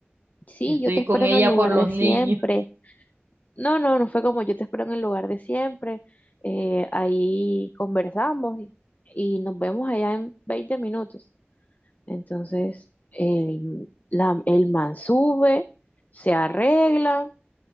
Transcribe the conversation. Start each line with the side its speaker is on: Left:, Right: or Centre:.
Left: sí,
Right: Yo estoy
Left: yo te espero
Right: con ella
Left: en el lugar
Right: por los
Left: de
Right: niños.
Left: siempre. No, no, no fue como yo te espero en el lugar de siempre. Eh, ahí conversamos y, y nos vemos allá en 20 minutos. Entonces, el, la- el man sube, se arregla,